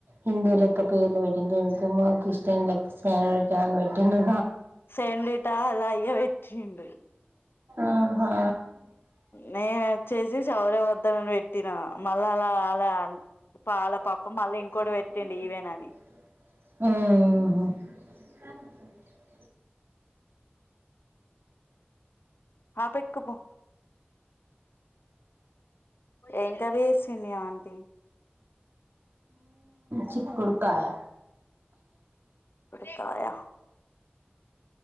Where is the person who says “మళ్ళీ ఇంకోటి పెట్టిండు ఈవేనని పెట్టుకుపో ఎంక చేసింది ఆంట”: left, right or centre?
Left